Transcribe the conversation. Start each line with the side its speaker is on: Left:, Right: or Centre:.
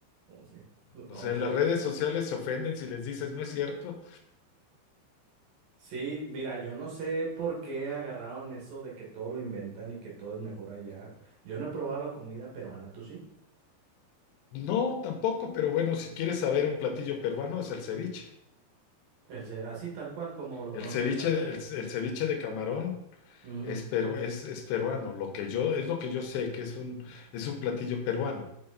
Right: Oh, sí. No,
Left: O sea, en
Right: sí,
Left: las redes
Right: sí.
Left: sociales se ofenden si les dices, no es cierto.
Right: Sí, mira, yo no sé por qué agarraron eso de que todo lo inventan y que todo es mejor allá. Yo no he probado la comida peruana, ¿tú sí?
Left: No, tampoco, pero bueno, si quieres saber un platillo peruano es el ceviche.
Right: El, ce- así tal cual como lo
Left: El
Right: conocemos
Left: ceviche,
Right: acá.
Left: de- el, el ceviche de camarón
Right: Ujú,
Left: es, peru- es, es peruano. Lo que yo, es lo que yo sé, que es un, es un platillo peruano.